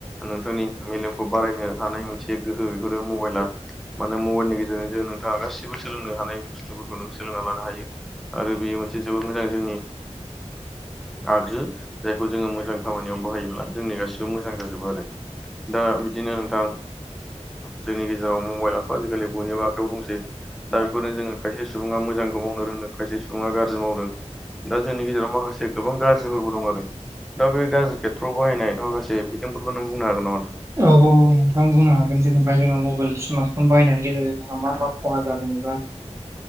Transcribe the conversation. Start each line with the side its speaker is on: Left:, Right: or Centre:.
Centre: नोंथांनि मेलेमखौ बारायनो हानाय मोनसे गोहो बेफोरो मबाइला माने मबाइलनि गेजेरजों जों नोंथाङा गासिबो सोलोंनो हानाय बुस्थुफोरखौ नों सोलोंना लानो हायो आरो बेयो मोनसे जोबोद मोजां जोंनि आगजु जायखौ जोङो मोजां खामानियाव बाहायोब्ला जोंनि गासिबो मोजां जाजोबो आरो। दा बिदिनो नोंथां जोंनि गेजेराव मबाइलथ' आजिखालि बयनिबो आखाइयाव दंसै दा बेफोरनो जोङो खायसे सुबुङा मोजांखौ मावनो रोंदों खायसे सुबुङा गाज्रि मावदों दा जोंनि गेजेराव माखासे गोबां गाज्रिफोरबो दं आरो दा बे गाज्रि खेथ्रआव बाहायनाय माखासे बिथिंफोरखौ नों बुंनो हागोन नामा?
Right: औ औ नोंथां बुंनो हागोन जेनेबा जोंहा मबाइल स्मार्टफन बायनायनि गेजेरजों जोंहा मा मा खहा जादों एबा